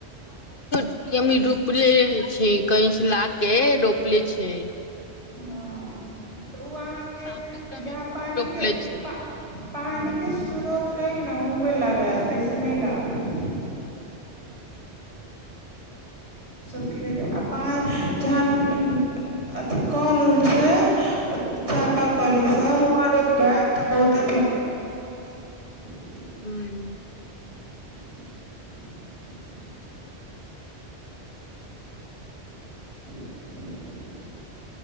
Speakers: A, on the left; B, on the right.
A: ी रोपले रहे छ कहीं से ला के रोपले छै
B: हँ तऽ ओ अहाँ के
A: साफ सुथरा
B: जहाँ
A: मे
B: पानिके
A: रोपले छै
B: पा पानी के स्रोत रहै ने उहे लागत एइसे नइ लागत स आब जहन अथी कल उल छै चापाकली
A: हँ
B: सब वहा रोपबैत त बहुते फरी
A: ह्म
B: <inaudible> <inaudible>